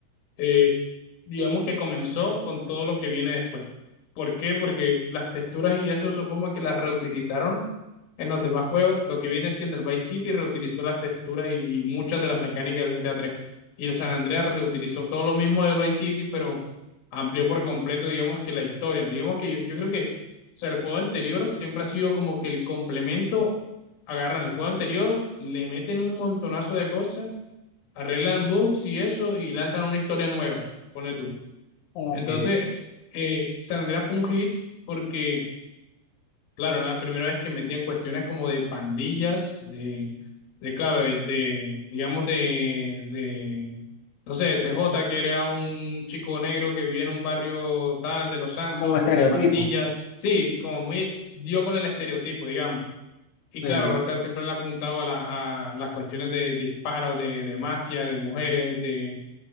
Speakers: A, on the left; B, on the left.
A: eh, digamos que comenzó con todo lo que viene después. ¿Por qué? Porque las texturas y eso son como que las reutilizaron en los demás juegos. Lo que viene siendo el Vice City reutilizó las texturas y muchas de las mecánicas del GTA 3. Y el San Andreas reutilizó todo lo mismo del Vice City, pero amplió por completo, digamos que la historia. Digamos que yo, yo creo que, o sea, el juego anterior siempre ha sido como que el complemento, agarran el juego anterior, le meten un montonazo de cosas arreglan bugs y eso y lanzan una historia nueva, ponle tú.
B: Ok,
A: Entonces, eh, San Andreas fue un hit porque, claro, era la primera vez que metían cuestiones como de pandillas, de, de claro, de, de digamos, de, de, no sé, C J que era un chico negro que vivía en un barrio tal de Los Santos,
B: o como estereotipo.
A: que pandillas, sí, como muy, dio con el estereotipo, digamos. Y
B: Sí,
A: claro, Rostar siempre le ha apuntado a, la, a las cuestiones de disparos, de, de mafia, de mujeres, de, o